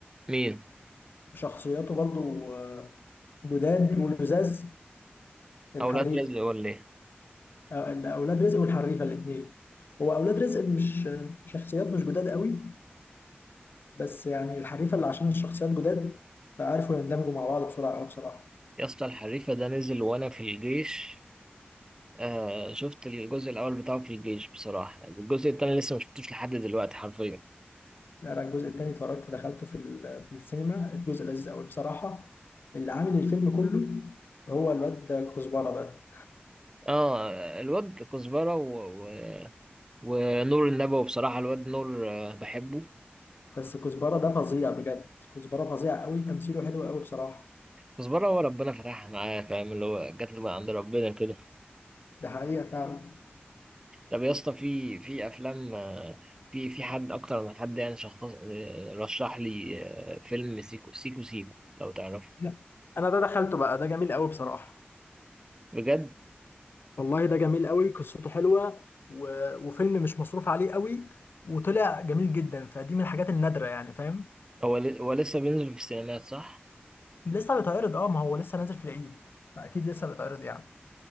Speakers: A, on the right (about 20°); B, on the left (about 60°).
A: مين
B: وشخصياته برضو آه، جداد ولزاز الحريف
A: اولاد رزق ولا ايه
B: آه، اولاد رزق والحريفة الاتنين هو اولاد رزق مش شخصيات مش جداد قوي بس يعني الحريفة اللي عشان الشخصيات جداد فعرفوا يندمجوا مع بعض بسرعة أوي بصراحة
A: يا اسطى الحريفه ده نزل وانا في الجيش آه شفت الجزء الاول بتاعه في الجيش بصراحه الجزء التاني لسه ما شفتوش لحد دلوقتي حرفيا
B: يعني أنا الجزء التاني اتفرجت دخلته في ال- في السينما الجزء لذيذ أوي بصراحة اللي عامل الفيلم كله هو الواد ده كزبرة ده
A: اه الواد كزبره و... ونور النبوي بصراحة الواد نور آه، بحبه
B: بس كزبرة ده فظيع بجد كزبرة فظيع أوي تمثيله حلو أوي بصراحة
A: كزبرة هو ربنا فتحها معاه فاهم اللي هو جات له بقى عند ربنا كده
B: ده حقيقة فعلا
A: طب يا اسطى في في أفلام آه، في في حد أكتر من حد يعني شخص آه، رشح لي آه، فيلم سيكو سيكو سيكو لو تعرفه
B: لا انا ده دخلته بقى ده جميل قوي بصراحه
A: بجد
B: والله ده جميل قوي قصته حلوه و... وفيلم مش مصروف عليه قوي وطلع جميل جدا فدي من الحاجات النادره يعني فاهم
A: هو ل- هو لسه بينزل في السينمات صح؟
B: لسه بيتعرض اه ما هو لسه نازل في العيد فاكيد لسه بيتعرض يعني